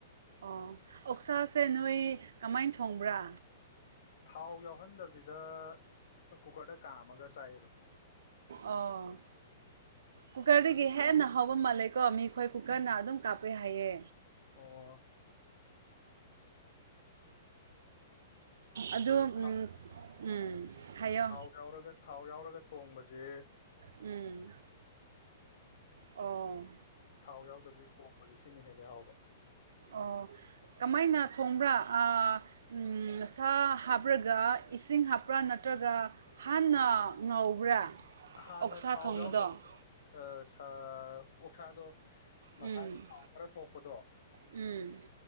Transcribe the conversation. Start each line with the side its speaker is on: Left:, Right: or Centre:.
Right: ꯑꯣ ꯑꯣꯛꯁꯥꯁꯦ ꯅꯣꯏ ꯀꯃꯥꯏ ꯊꯣꯡꯕ꯭ꯔꯥ
Left: ꯊꯥꯎ ꯌꯥꯎꯍꯟꯗꯕꯤꯗ ꯀꯨꯀꯔꯗ ꯀꯥꯝꯃꯒ ꯆꯥꯏ ꯑꯗꯨꯝ
Right: ꯑꯣ ꯀꯨꯀꯔꯗꯒꯤ ꯍꯦꯟꯅ ꯍꯥꯎꯕ ꯃ ꯂꯩꯀꯣ ꯃꯤꯈꯣꯏ ꯀꯨꯀꯔꯅ ꯑꯗꯨꯝ ꯀꯥꯞꯄꯦ ꯍꯥꯏꯌꯦ
Left: ꯑꯣ
Right: ꯑꯗꯨ
Left: ꯑꯩꯈꯣꯏꯁꯨ
Right: ꯎꯝ
Left: ꯊꯥꯎ
Right: ꯎꯝ ꯍꯥꯏꯌꯣ
Left: ꯥꯉꯧꯔꯒ ꯊꯥꯎ ꯌꯥꯎꯔꯒ ꯊꯣꯡꯕꯖꯦ
Right: ꯎꯝ ꯑꯣ
Left: ꯊꯥꯎ ꯌꯥꯎꯗꯕꯤ ꯊꯣꯡꯕꯖꯦ ꯁꯤꯅ ꯍꯦꯜꯂꯦ ꯍꯥꯎꯕ
Right: ꯑꯣ ꯀꯃꯥꯏꯅ ꯊꯣꯡꯕ꯭ꯔꯥ ꯑꯥ ꯁꯥ ꯍꯥꯞꯔꯒ ꯏꯁꯤꯡ ꯍꯥꯞꯄ꯭ꯔꯥ ꯅꯠꯇ꯭ꯔꯒ ꯍꯥꯟꯅ ꯉꯧꯕ꯭ꯔꯥ
Left: ꯍꯥꯟꯅ
Right: ꯑꯣꯛꯁꯥ
Left: ꯊꯥꯎ
Right: ꯊꯣꯡꯕꯗꯣ
Left: ꯌꯥꯎꯗ ꯁꯥ ꯑꯣꯛꯁꯥꯗꯣ ꯃꯁꯥꯒꯤ
Right: ꯎꯝ
Left: ꯊꯥꯎ ꯈꯔ ꯊꯣꯛꯄꯗꯣ
Right: ꯎꯝ